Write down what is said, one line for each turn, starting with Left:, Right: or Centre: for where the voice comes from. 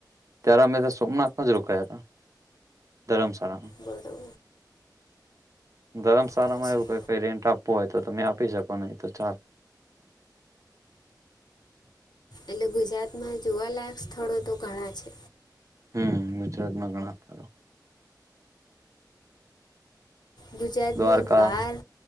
Right: ત્યારે અમે સોમનાથમાં જ રોકાયા હતા. ધરમસાળામાં.
Left: બરોબર
Right: ધરમશાળામાં
Left: પછી
Right: એવું ક કંઈ રેન્ટ આપવું હોય તો તમે આપી શકો, નહી તો ચાલ
Left: એટલે, ગુજરાતમાં જોવાલાયક સ્થળો તો ઘણા છે.
Right: હમ ગુજરાતમાં ઘણા બધા
Left: ગુજરાતની
Right: દ્વારકા
Left: બાર.